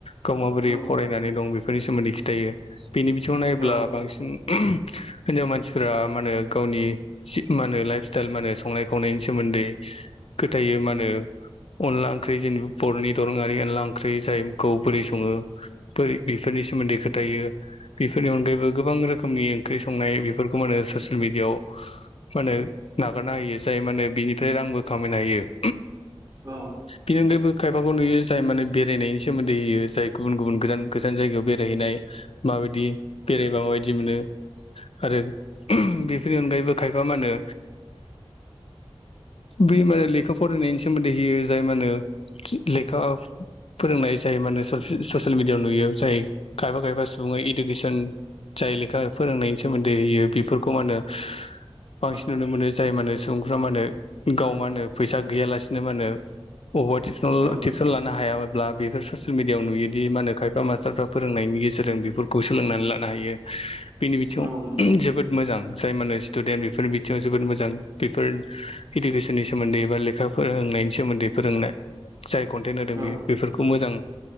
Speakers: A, on the left (about 70°); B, on the right (about 35°).
A: गाव माबोरै
B: औ
A: फरायनानै दं बेफोरनि सोमोन्दै खिथायो। बेनि बिथिङाव नायोब्ला
B: औ
A: बांसिन हिनजाव मानसिफोरा मा होनो गावनि सि मा होनो लाइफ स्टाइल मा होनो संनाय खावनायनि सोमोन्दै खोथायो मा होनो अनला ओंख्रि जेनेबा बर'नि दोरोङारि अनला ओंख्रि जायखौ बोरै सङो फोर बेफोरनि सोमोन्दै खोथायो बेफोरनि अनगायैबो गोबां रोखोमनि ओंख्रि संनाय बेफोरखौ माने ससियेल मिडियाआव- मा होनो नागारना होयो जाय माने बिनिफ्राय रांबो खामायनो हायो।
B: औ
A: बिनि अनगायैबो खायफाखौ नुयो जाय माने बेरायनायनि सोमोन्दै होयो जाय गुबुन गुबुन गोजान गोजान जायगायाव बेरायहैनाय। माबायदि बेरायबा माबायदि मोनो। आरो बेफोरनि अनगायैबो खायफा मा होनो। बै माने लेखा फरायनायनि सोमोन्दै होयो जाय मा होनो। लेखा फोरोंनाय जायो माने ससियेल मिडियायाव नुयो जायो। खायफा खायफा सुबुङा
B: औ
A: इडुकेसन। जाय लेखा फोरोंनायनि सोमोन्दै होयो बेफोरखौ मा होनो।
B: औ
A: बांसिन नुनो मोनो जाय मानो सुबुंफ्रा मा होनो गाव मा होनो फैसा गैयालासिनो मा होनो। अबावबा टिउसन
B: औ
A: टिउसन लानो हायाब्ला बेफोर ससियेल मिडियाआव नुयोदि माहोनो खायफा मास्टारफ्रा। फोरोंनायनि गेजेरजों बेफोरखौ सोलोंनानै लानो हायो बेनि बिथिङाव।
B: औ नंगौ
A: जोबोद मोजां जाय माने स्टुडेन्ट बेफोर बिथिङाव जोबोद मोजां बेफोर। इडुकेसननि सोमोन्दै बा लेखा। फोरोंनायनि सोमोन्दै फोरोंनाय जाय कन्टेन्ट होदों
B: औ
A: बे बेफोरखौ मोजां।